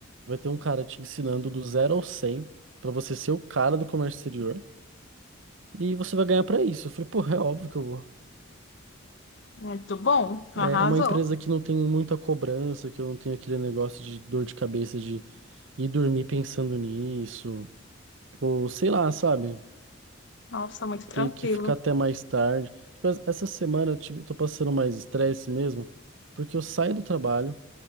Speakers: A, on the right; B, on the left.
A: vai ter um cara te ensinando do zero ao 100 pra você ser o cara do comércio exterior e você vai ganhar pra isso. Eu falei, pô, é óbvio que eu vou.
B: Muito bom, arrasou.
A: É uma empresa que não tem muita cobrança, que eu não tenho aquele negócio de dor de cabeça de ir dormir pensando nisso, ou sei lá, sabe?
B: Nossa, muito tranquilo.
A: Ter que ficar até mais tarde. Tipo, essa semana eu tive- tô passando mais estresse mesmo, porque eu saio do trabalho